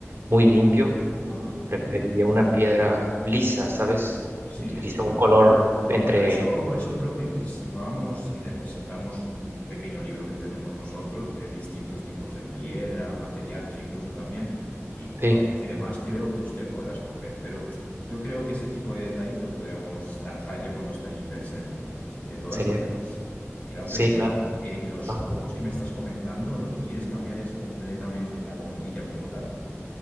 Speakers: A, on the right (about 50°); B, on the left (about 30°).
A: muy limpio.
B: Ajá.
A: Preferiría una piedra lisa, ¿sabes?
B: Sí, entiendo.
A: Quizá un color entre...
B: Bueno, eso, eso creo que, que si vamos y le presentamos un pequeño libro que tenemos nosotros de distintos tipos de piedra, materiales incluso también, y colores
A: Sí,
B: y demás, creo que usted podrá escoger. Pero yo creo que ese tipo de detalles lo podríamos zanjar ya cuando está allí presente. De todas
A: sería...
B: maneras, te iba a
A: Sí,
B: preguntar,
A: claro.
B: eh, los
A: Ajá.
B: focos que me estás comentando, lo que quieres cambiar es completamente la bombilla como tal,